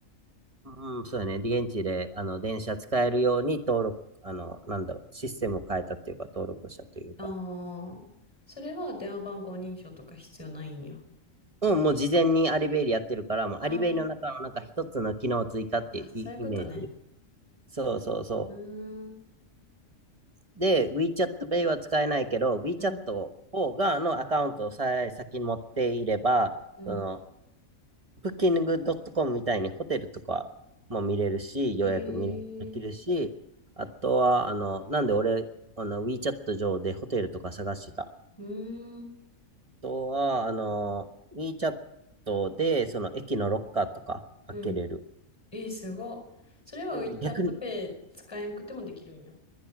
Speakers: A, on the right; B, on the left.
A: うん、そうやね、現地で、あの、電車使えるように登録、あの、なんだろう、システムを変えたっていうか、登録したというか、
B: ああ、それは電話番号認証とか必要ないんや。
A: うん、もう事前にアリベイでやってるから、もうアリベイの中のなんか一つの機能追加っていうイイメージ
B: ああ、あ、そういうことね。
A: そうそうそう。
B: うーん。
A: で、WeChat Pay は使えないけど、WeChat
B: うん。
A: をがのアカウントをさえ先に持っていれば、
B: うん。
A: その、Booking.com みたいにホテルとかも見れるし、予約見れできるし、
B: へえ。
A: あとは、あの、なんで俺、あの、WeChat 上でホテルとか探してた。あ
B: うーん。
A: とは、あの、WeChat で、その、駅のロッカーとか開けれる。
B: うん。えー、すごっ。それは
A: うん、
B: WeChat
A: 逆に、
B: Pay 使えんくてもできるんや。